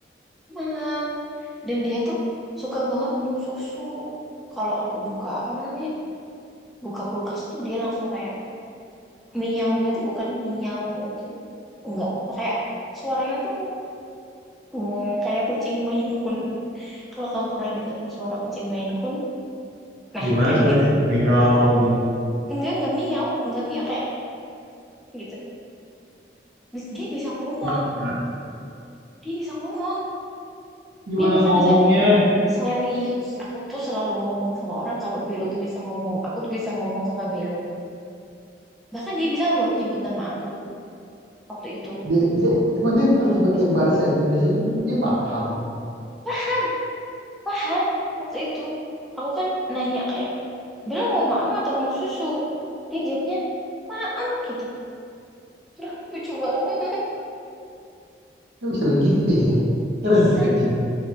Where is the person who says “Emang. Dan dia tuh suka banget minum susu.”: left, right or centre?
Centre